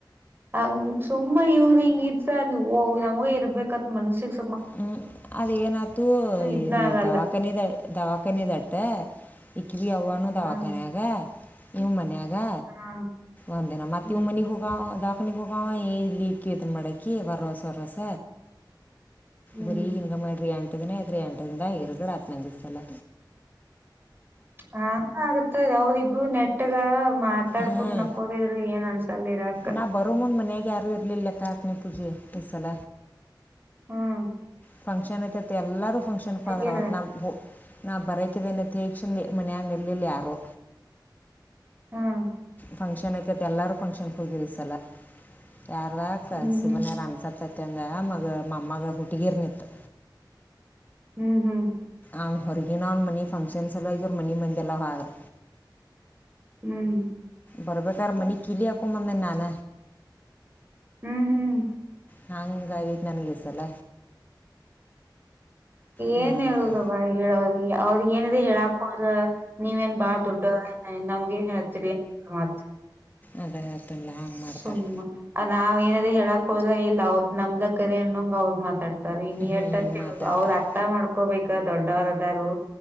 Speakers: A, on the right (about 25°); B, on the left (about 25°).
A: ಹಂಗ ಸುಮ್ಮ ಇವರು ಹಿಂಗ ಇದ್ರ ಅಲ್ಲಿ ಹೋಗ್ ನಮಗೆ ಇರ್ಬೇಕತ್ ಮನ್ಸಿಗೆ
B: ಹ್ಮ್ ಅದ ಏನತು ಈ
A: ಇದನ್ನ ಆಗಲ್ಲ
B: ದವಾಖಾನ ದ ದವಾಖಾನ ದಟ್ಟೆ ಭ ಅವ್ವನೂ ದವಾಖಾನೆಯಾಗ
A: ಹಾ
B: ನೀವ್ ಮನೆ ಆಗ್ ಗ
A: ಹಾ
B: ಒಂದಿನ ಮತ್ತ
A: ಹ್ಮ್
B: ಮನಿ ಹುಗ ಅದ ಪನಿ ಪೋಕ ಏ ಲೀವ ಕ ಇತನ ಮಡಕಿ ವರವೋಸ ವರೋಸ
A: ಹ್ಮ್
B: ಬರೀ ಹೆಂಗ ಮಾಡಿರಿ ಆಂ ಎದಿನೇ ಅಐದ್ರರಿ ಎಂಟದಿಂದ ಹರಗಡೆ ಆತ್ನಂದಿಸ್ತಲ್ಲ
A: ಹ ಆಗತ್ತದ ಅವಾವ್ರಿಬ್ಬರು ನೆಟ್ಗ ಮಾತಾಡ್
B: ಹಾಂ
A: ಕುತ್ ನಕ್ಕೋದಿದ್ರು ಏನ್ ಅನ್ಸಲ್ ಇರಾಕ್
B: ನಾ ಬರೋ ಮುಂದ್ ಮನೆಗೆ ಯಾರು ಇರ್ಲಿಲ್ಲ ಲೆಕ್ಕ ಹಾಕ್ನಿ ಪೂಜೆ ಈ ಸಲ
A: ಹ್ಮ್
B: ಫಂಕ್ಷನ್ತ್ತ ತ್ಯಾ ಎಲ್ಲರೂ ಫಂಕ್ಷನ್ ಆದ
A: ಗಿರ
B: ಅವತ್ ನಾವು ನಾ ಬರ ಕಿಯನ್ನು ದೀಕ್ಷೆಗೆ ಮನೆಯ ನೆಲ್ಲಿಲ್ಲ ಯಾರು
A: ಹ್ಮ್
B: ಫಂಕ್ಷನ್ತ್ತ <unintelligible> ಎಲ್ಲರೂ ಫಂಕ್ಷನ್ಗೆ ಹೋಗಿರಿ ಈ ಸಲ ಯಾರಕ್ಕ
A: ಹ್ಮ್
B: ಸುಮನೆ ರ <unintelligible> ಅನ್ಸತ ಮತ್ತಂದ ಮಗ ಮಮ್ಮಗೆ ಹುಟ್ಟಗಿರ್ ನಿತ್ತು
A: ಹ್ಮ್ ಹ್ಮ್
B: ಅವ ಹೊರಗಿನ ಅವ್ನ ಮನ ಫಂಕ್ಷನ್ಸ <unintelligible> ಮನಿ ಮಂದಿಲ್ಲ <unintelligible>
A: ಹ್ಮ್
B: ಬರಬೇಕೇಕಾರ ಮನಿ ಕಲಿಯಕ ಬಂದ ನಾನ
A: ಹ್ಮ್ ಹ್ಮ್
B: ಹಂಗಯ್ತ್ <unintelligible> ನನಗ್ ಈ ಸಲ ಹ್ಞೂ
A: ಏನ್ ಹೇಳುದವ <unintelligible> ಹೇಳ ಅವ್ರಿಗೆ ಏನದ ಹೇಳಾಕೋದ <unintelligible> ನೀವೇನ್ ಬಾಳ್ ದೊಡ್ಡರ <unintelligible> ನಮ್ಗ ನ್ ಹೇಳ್ತಿರಿ ಮತ್
B: ಅದೇ ಅದೇ <unintelligible> ತಲ್ಲ ಹಾಂಗೆ ಮಾಡ್ತಾರೆ
A: ಸುಮ್ಮ ನಾವ್ ಏನದೇ ಹೇಳಾಕ್ ಹೋದ ಇಲ್ಲ ಅವ್ರದ್ ನಮ್ದ ಕರಿ ಅನ್ನೋಂಗ ಅವ್ರ ಮಾತಾಡ <unintelligible> ಇನ್
B: ಹ್ಞೂ
A: ಎಷ್ಟತ್ ಹೇಳುದು
B: ಮಾತಾಡ್ತಾರೆ
A: ಅವ್ರು ಅರ್ಥ ಮಾಡ್ಕೋಬೇಕು <unintelligible> ದೊಡ್ಡವರ ಅದಾರು